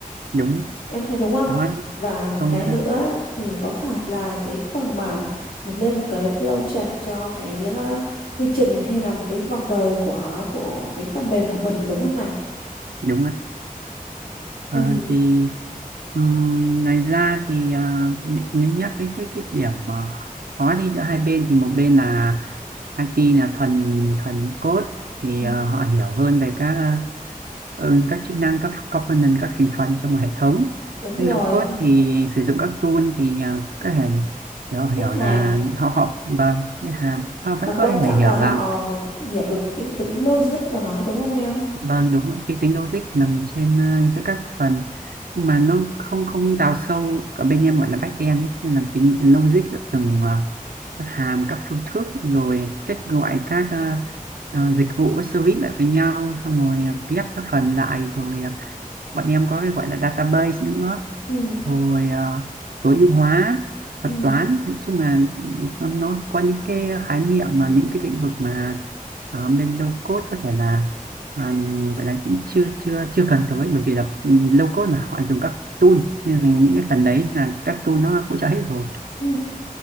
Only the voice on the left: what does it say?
em thấy đúng không
và
cái
nữa thì có phải là cái phần mà mình lên một cái flow chart cho cái ờ, quy trình hay là một cái vòng đời của của cái phần mềm của mình đúng không này
ừ
Ừ.
đúng rồi
các hàm
và quan
trọng
là họ
hiểu được cái, cái tính logic của nó đúng không em
ừ
ừ
ừ